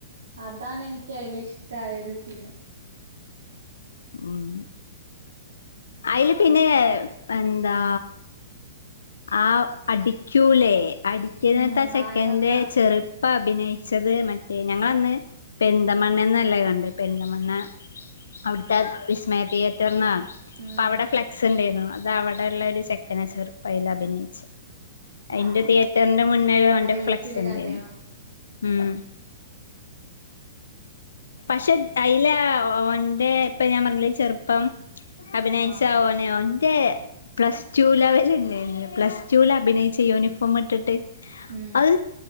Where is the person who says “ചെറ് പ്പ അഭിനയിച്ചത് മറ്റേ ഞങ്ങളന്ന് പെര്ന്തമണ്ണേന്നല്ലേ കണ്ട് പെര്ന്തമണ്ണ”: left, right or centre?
Left